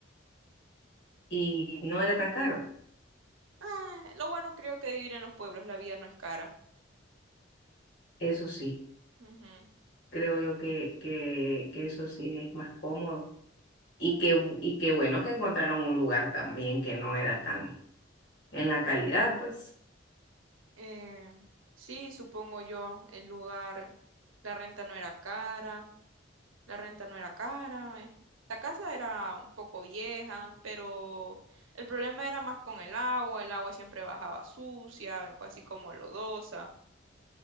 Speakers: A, on the left (about 60°); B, on the right (about 85°).
A: Y no era tan caro,
B: Ah, lo bueno creo que vivir en los pueblos, la vida no es cara.
A: eso sí.
B: Ujú.
A: Creo yo que, que, que eso sí es más cómodo. Y que, y que bueno que encontraron un lugar también que no era tan en la calidad, pues.
B: Eh, sí, supongo yo, el lugar, la renta no era cara, la renta no era cara, eh. La casa era un poco vieja, pero el problema era más con el agua, el agua siempre bajaba sucia, así como lodosa.